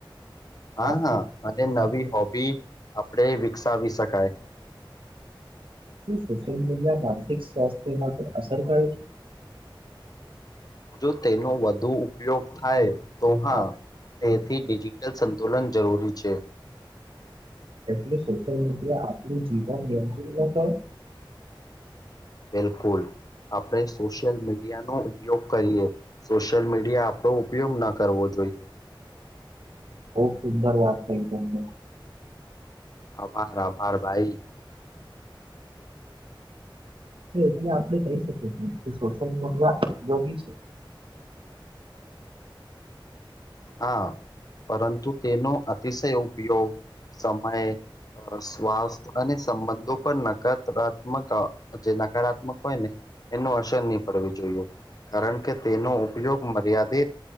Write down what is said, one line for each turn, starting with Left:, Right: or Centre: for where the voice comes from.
Left: હા
Right: આ
Left: હા
Right: કારણે
Left: અને નવી હોબી આપડે વિકસાવી શકાય
Right: સોશિયલ મીડિયા માનસિક સ્વાસ્થ્ય માટે અસર કરે છે.
Left: જો તેનો વધુ ઉપયોગ થાય
Right: હા,
Left: તો
Right: એ
Left: હા
Right: એ
Left: તેથી ડિજિટલ સંતુલન જરૂરી છે.
Right: એટલે સોશિયલ મીડિયા આપણુ જીવન નિયંત્રણ
Left: બિલકુલ આપણે સોશિયલ મીડિયાનો ઉપયોગ કરીએ સોશિયલ મીડિયા આપડો ઉપયોગ ના કરવો જોઈએ
Right: બોવ સુંદર વાત કઈ તમને
Left: આભાર આભાર ભાઈ
Right: તો એટલે આપડે કહી શકીએ છીએ કે સોશિયલ મીડિયા ઉપયોગી છે.
Left: હા પરંતુ તેનો અતિશય ઉપયોગ સમય અ સ્વાસ્થ અને સંબંધો પર નકારાત્મક જે નકારાત્મક હોય ને એનો અસર ની પડવી જોઈએ કારણ કે તેનો ઉપયોગ મર્યાદિત